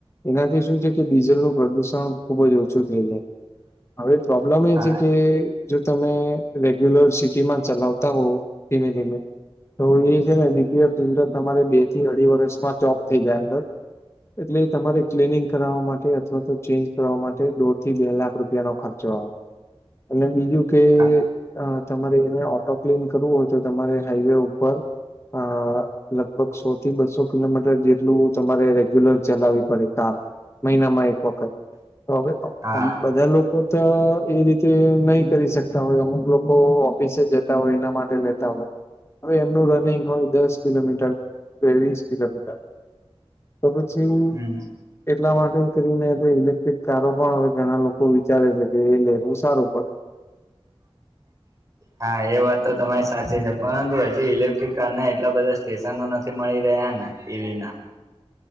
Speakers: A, on the left; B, on the right.
A: એનાથી શું છે કે ડીઝલ નું પ્રદુષણ ખુબ જ ઓછું થઈ જાય. હવે પ્રોબ્લેમ એ
B: હા
A: છે કે જો તમે રેગ્યુલર સિટીમાં ચલાવતા હોવ. ધીમે ધીમે તો એ છે દીખએ. ર તમારે બે થી અઢી વર્ષમાં ચોપ થઈ જાય અંદર. એટલે તમારે ક્લીનિંગ કરાવ માટે અથવા તો ચેન્જ કરવા માટે દોઢ થી બે લાખ રૂપિયા. રૂપિયા ન ખર્ચો આવે અને બીજું કે.
B: હા
A: તમારે એને ઓટો ક્લીન કરવું હોય તો તમારે હાઈવે ઉપર. આ લગભગ સો થી બસો કિલોમીટર જેટલું તમારે રેગ્યુલર ચલાવવી પડે કાર મહિનામાં એક વખત તો હવે
B: હા
A: બધા લોકો તો એ રીતે નહી કરી શકતા હોય અમુક લોકો ઓફિસે જતા હોય એના માટે લેતા હોય હવે એમનું રનિંગ હોય દસ કિલોમીટર કે વીસ કિલોમીટર તો પછી એવુ.
B: હમ
A: એટલા માટે કરીને ઇલેક્ટ્રિક કારો પણ હવે ઘણા લોકો વિચારે છે કે એ લે હું સારું પડે
B: હા એ વાત તો તમારી સાચી છે પરંતુ એ ઇલેક્ટ્રિક કાર ના એટલા બધા સ્ટેશનો નથી મળી રહ્યા ને ઈવી ના